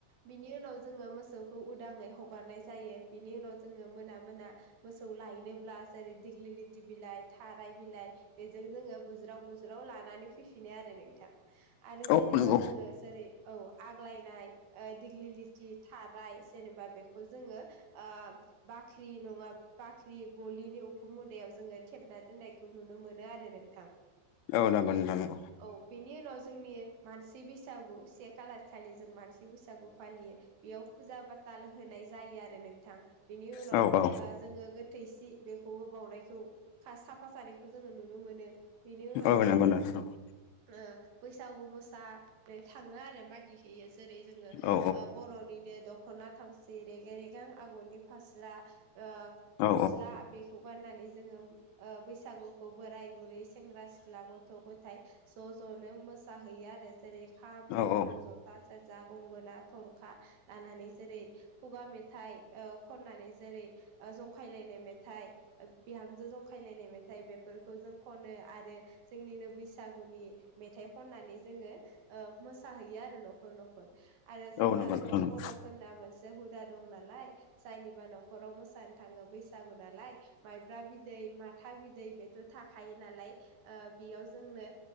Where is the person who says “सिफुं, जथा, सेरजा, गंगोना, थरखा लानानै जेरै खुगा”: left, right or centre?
Right